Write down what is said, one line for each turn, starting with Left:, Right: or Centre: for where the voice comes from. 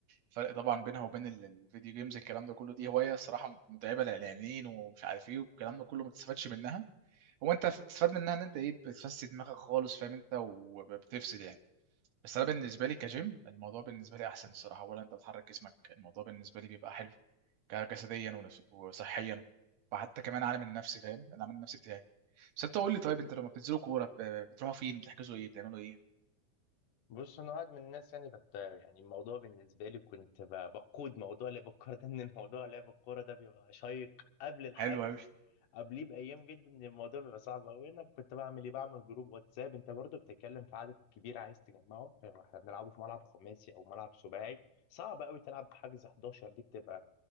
Right: الفرق طبعا بينها وبين ال- الفيديو جيمز الكلام ده كله دي هوايه الصراحه متعبه للاعلانيين ومش عارف ايه والكلام ده كله ما بتستفادش منها هو انت بتستفاد منها ان انت ايه بتفسد دماغك خالص فاهم انت وبتفصل يعني بس انا بالنسبه لي كجيم الموضوع بالنسبه لي احسن الصراحه ولا انت بتحرك جسمك الموضوع بالنسبه لي بيبقى حلو ك- جسديا ونس- وصحيا وحتى كمان عالم النفس فاهم العالم النفسي بتاعي بس انت قول لي طيب انت لما بتنزلوا كوره ب- بتروحوا فين بتحجزوا ايه بتعملوا ايه
Left: بص انا واحد من الناس يعني بت يعني الموضوع بالنسبه لي كنت ب- بقود موضوع لعب الكوره ده ان الموضوع لعب الكوره ده بيبقى شيق قبل الحجز
Right: حلو قوي
Left: قبليه بايام جدا ان الموضوع بيبقى صعب قوي انا كنت بعمل ايه بعمل جروب واتساب انت برضو بتتكلم في عدد كبير عايز تجمعه يعني احنا بنلعبه في ملعب خماسي او ملعب سباعي صعب قوي تلعب حجز 11 دي بتبقى